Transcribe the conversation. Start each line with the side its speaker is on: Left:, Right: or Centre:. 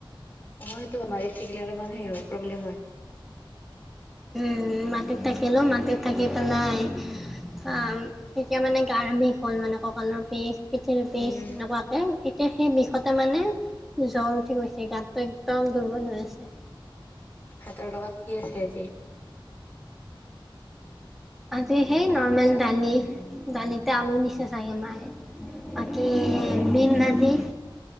Left: অ সেইটো মাৰিত থাকিলে অলপমান শিৰৰ প্ৰব্লেম হয়।
Centre: উম মাটিত থাকিলো মাটিত থাকি পেলাই অ তেতিয়া মানে গাৰ বিষ হ'ল মানে ককালৰ বিষ, পিঠিৰ বিষ
Left: উম
Centre: এনেকুৱা এতিয়া সেই বিষতে মানে জ্বৰ উঠি গৈছে গাতটো একদম দুৰ্বল হৈ আছে
Left: ভাতৰ লগত কি আছে, আজি
Centre: আজি সেই নৰ্মেল দালি দালিতে আলু দিছে চাগে মায়ে বাকী
Left: অ
Centre: দিম ভাজি